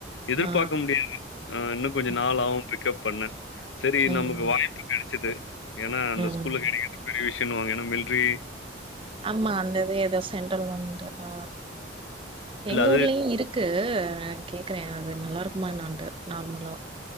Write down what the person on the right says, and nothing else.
ஆ
ம்
ம்
ம்.
ஆமா அந்த இது ஏதோ சென்ட்ரல் கவர்மெண்டு ஆ எங்க
ஊர்லயு இருக் க்கு நா கேக்குறே அது நல்லா இருக்குமா என்னான்ட்டு நார்மலா